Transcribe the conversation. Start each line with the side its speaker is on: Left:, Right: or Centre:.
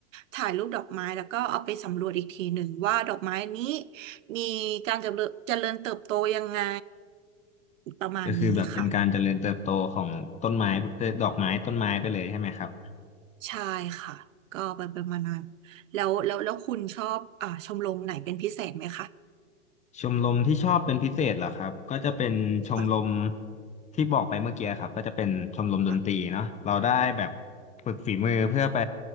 Right: ถ่ายรูปดอกไม้แล้วก็เอาไปสำรวจอีกทีหนึ่งว่าดอกไม้นี้มีการเจริญเจริญเติบโตยังไงประมาณนี้ค่ะ
Left: ก็คือแบบเป็นการเจริญเติบโตของต้นไม้เอ่อดอกไม้ต้นไม้ไปเลยใช่ไหมครับ
Right: ใช่ค่ะก็ไปเป็นมาณน้นแล้วแล้วแล้วคุณชอบอ่าชมรมไหนเป็นพิเศษไหมคะ
Left: ชมรมที่ชอบเป็นพิเศษเหรอครับก็จะเป็นชมรม
Right: ค่ะ
Left: ที่บอกไปเมื่อกี้ครับก็จะเป็นชมรมดนตรีเนาะเราได้แบบ
Right: ค่ะ
Left: ฝึกฝีมือเพื่อไป